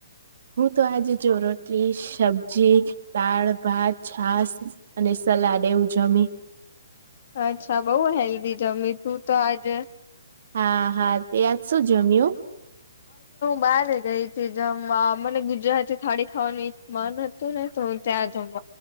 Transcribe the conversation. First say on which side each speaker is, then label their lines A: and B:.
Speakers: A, on the right; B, on the left.
A: હું તો આજે જો રોટી સબ્જી દાળ ભાત છાસ અને સલાડ એવું જમી
B: અચ્છા બઉ હેલ્ધી જમી તું તો આજે.
A: હા હા તે આજ શું જમ્યું.
B: બાર ગઈ હતી જમવા મને ગુજરાતી થાળી ખાવાનું મન હતું ને તો ત્યાં જમ